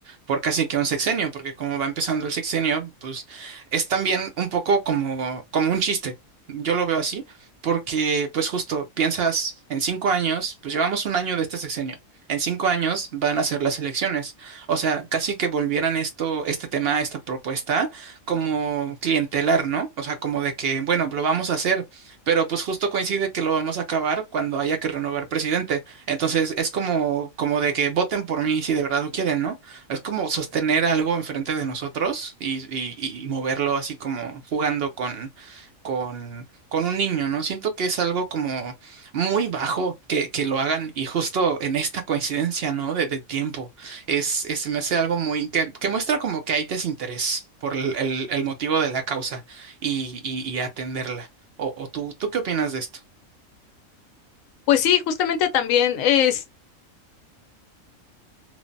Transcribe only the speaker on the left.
Pues sí, justamente también eh,